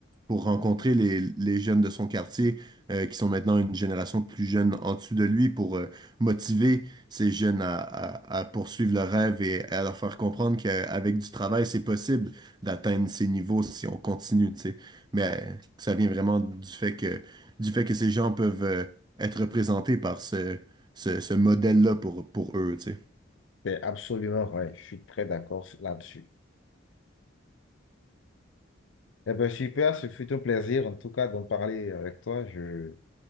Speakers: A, on the right; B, on the left.
A: pour rencontrer les, les jeunes de son quartier, euh, qui sont maintenant une génération plus jeune en dessous de lui, pour euh, motiver ces jeunes à, à- à poursuivre leur rêve et à leur faire comprendre qu'avec du travail, c'est possible d'atteindre ces niveaux si on continue, tu sais. Mais euh, ça vient vraiment du fait que du fait que ces gens peuvent euh, être représentés par ce, ce, ce modèle-là pour, pour eux, tu sais.
B: C'est absolument vrai, je suis très d'accord là-dessus. Eh bien, super, ce fut un plaisir en tout cas d'en parler avec toi. Je,